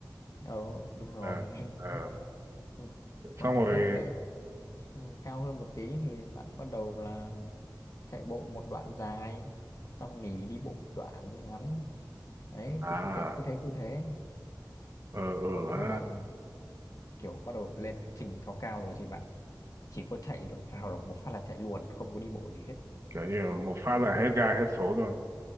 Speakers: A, on the left; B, on the right.
A: ờ đúng rồi
B: ờ
A: <laughs>
B: ờ
A: Ừ.
B: xong
A: còn
B: rồi
A: tiếp đấy thì ừ, cao hơn một tí thì bạn bắt đầu là chạy bộ một đoạn dài xong nghỉ đi bộ một đoạn ngắn đấy
B: à
A: thì cứ thế cứ thế cứ thế
B: ờ ừ
A: còn nếu
B: ha.
A: mà bạn kiểu bắt đầu lên cái trình cao cao rồi thì bạn chỉ có chạy rồi vào là một phát là chạy luôn không có đi bộ gì hết
B: kiểu như một
A: nhưng
B: phát là
A: nhưng
B: hết gai hết số luôn